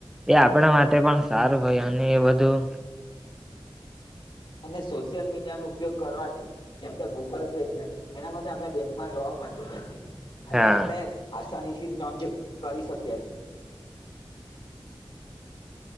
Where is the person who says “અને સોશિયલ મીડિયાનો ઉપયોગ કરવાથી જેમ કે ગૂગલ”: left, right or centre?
Left